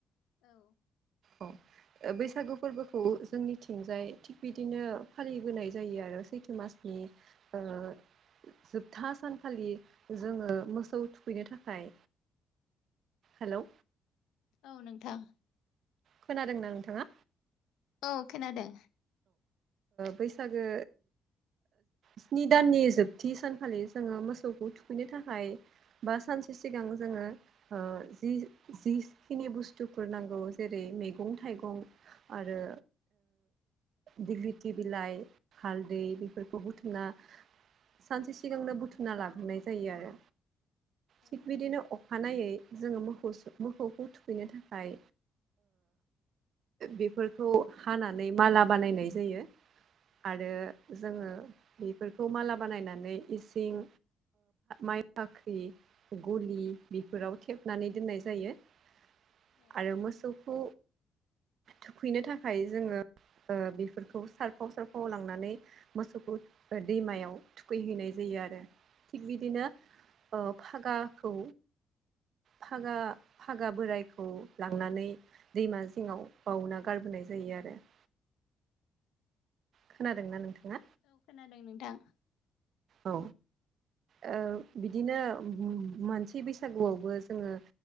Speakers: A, on the left; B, on the right.
A: औ
B: औ बैसागु फोरबोखौ जोंनिथिंजाय थिग बिदिनो फालिबोनाय जायो आरो सैथो मास <unintelligible> जोबथा सानखालि जोङो मोसौ थुखैनो थाखाय। हेलौ
A: औ नोंथां
B: खोनादोंना नोंथाङा?
A: औ खोनादों।
B: बैसागो स्नि दाननि जोबथि सानखालि जोङो मोसौखौ थुखैनो थाखाय बा सानसे सिगां जोङो जि जिखिनि बुस्थुफोर नांगौ जेरै मैगं थाइगं आरो दिग्लिथि बिलाइ हालदै बेफोरखौ बुथुमना सानसे सिगांनो बुथुमना लाब्रोनाय जायो आरो थिग
A: औ
B: बिदिनो अखानायै जोङो मोौ मोसौखौ थुखैनो थाखाय बेफोरखौ हानानै माला बानायनाय जायो। आरो जोङो बेफोरखौ माला बानायनानै इसिं माइ फाख्रि गलि बेफोराव थेबनानै दोननाय जायो आरो
A: औ
B: मोसौखौ थुखैनो थाखाय जोङो बेफोरखौ सारफाव सारफाव लांनानै मोसौखौ दैमायाव थुखैहैनाय जायो थिग बिदिनो फागाखौ फागा फागा बोरायखौ लांनानै दैमा जिङाव बाावना गारबोनाय जायो आरो द खोनादों न नोंथाङा
A: औ खोनादों नोंथां
B: औ आ बिदिनो मोनसि बैसागुआवबो जोङो